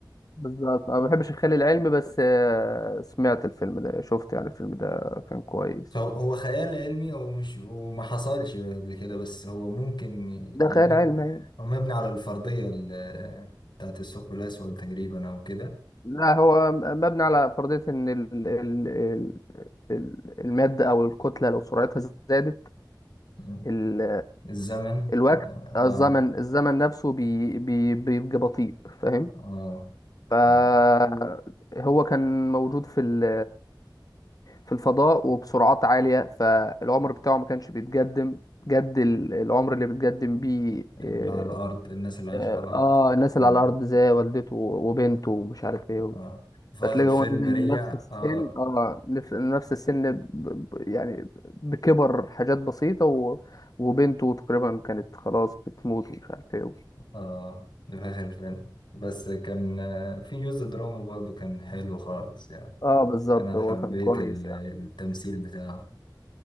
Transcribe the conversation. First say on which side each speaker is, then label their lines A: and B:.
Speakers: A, on the left; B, on the left.
A: بالظبط انا ما بحبش الخيال العلمي بس آه، سمعت الفيلم ده شفت يعني الفيلم ده كان كويس
B: هو هو خيال علمي هو مش وما حصلش قبل كده بس هو ممكن
A: ده
B: يميل
A: خيال علمي يعني.
B: هو مبني على الفرضية ال- بتاعت الثقب الأسود تقريبا أو كده
A: لا هو م- مبني على فرضية ان ال ال ال ال- المادة او الكتلة لو سرعتها زادت
B: مم.
A: ال
B: الزمن
A: الوقت
B: آه
A: الزمن الزمن نفسه بي بي بيبقى بطيء فاهم
B: آه
A: فهو
B: آه
A: كان موجود في ال في الفضاء وبسرعات عالية فالعمر بتاعه ما كانش بيتقدم جد ال- العمر اللي بيتقدم بيه
B: اللي
A: آه،
B: على الأرض الناس اللي عايشة على الأرض
A: اه الناس
B: آه
A: اللي على الارض زي والدته وبنته ومش عارف ايه
B: آه في آخر
A: هتلاقي
B: الفيلم
A: هو نزل
B: رجع
A: نفس السن
B: آه
A: اه نفس نفس السن ب... ب... يعني بكبر حاجات بسيطة و... وبنته تقريبا كانت خلاص بتموت ومش عارف ايه
B: آه ده في آخر الفيلم بس كان آه، في جزء دراما برضه كان حلو خالص يعني
A: اه بالظبط
B: أنا
A: هو
B: حبيت
A: كان كويس
B: ال- التمثيل
A: يعني
B: بتاعه